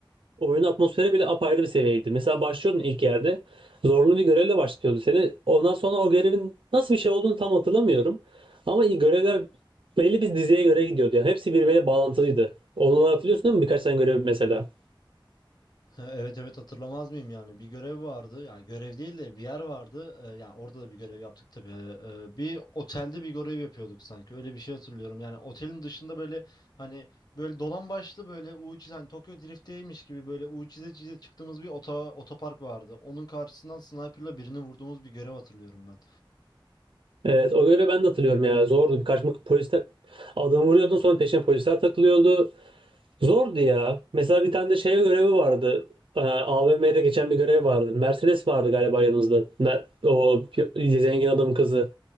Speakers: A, on the right (about 80°); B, on the left (about 50°).
A: Oyunun atmosferi bile apayrı bir seviyeydi. Mesela başlıyordun ilk yerde. Zorlu bir görevle başlıyordu seni. Ondan sonra o görevin nasıl bir şey olduğunu tam hatırlamıyorum. Ama iyi görevler belli bir diziye göre gidiyordu. Yani hepsi birbiriyle bağlantılıydı. Onları hatırlıyorsun değil mi? Birkaç tane görev mesela.
B: <laughs> Evet evet hatırlamaz mıyım yani bir görev vardı ya görev değil de bir yer vardı Ee, yani orada da bir görev yaptık tabii Ee, e, bir otelde bir görev yapıyorduk sanki öyle bir şey hatırlıyorum yani otelin dışında böyle hani böyle dolan başlı böyle U çiz hani Tokyo Drift'teymiş gibi böyle U çize çize çıktığımız bir ota, otopark vardı onun karşısından sniper'la birini vurduğumuz bir görev hatırlıyorum ben.
A: Evet o görevi ben de hatırlıyorum ya. Zordu. Birkaç polis adamı vuruyordun sonra peşine polisler takılıyordu. Zordu ya. Mesela bir tane de şey görevi vardı. Ee, AVM'de geçen bir görev vardı. Mercedes vardı galiba yanımızda. Mer- o pi- zengin adamın kızı.